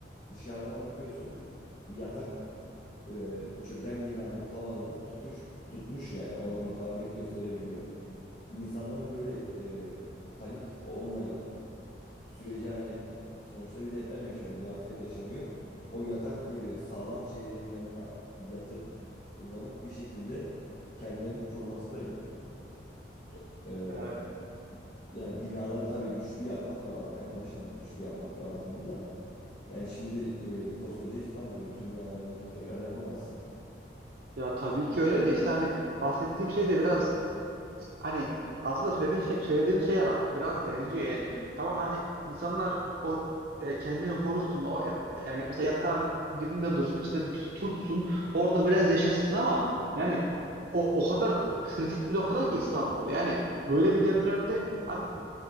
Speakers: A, on the left; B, on the right.
A: dışarıdan bakıyorsun yatak e, çöken binanın tavanını tutuş tutmuş yani ona mukavemet gösterebiliyor. İnsanların böyle e, panik olmayıp süreci hani sonuçta bir deprem yaşanıyor, bir afet yaşanıyor. O yatak gibi sağlam şeylerin yanına yatıp uzanıp bir şekilde kendilerini koruması da gerekiyor. So-
B: Ya,
A: e, yani binaları tabii güçlü yapmak lazım. En başından güçlü yapmak lazımdı da. Yani şimdi e, koskoca İstanbul'u bütün binalarını yıkıp tekrar yapamazsın.
B: ya tabii ki öyle de işte hani bahsettiğim şey de biraz hani aslında söylediğin şey, söylediğimiz şeyler biraz benziyor yani. Tamam hani insanlar o e, kendini korusun o yat- yani mesela yatağın dibinde dursun işte tut- tutsun orada biraz yaşasın ama yani o, o kadar k- kritik bir noktada ki İstanbul. Yani böyle bir depremde abi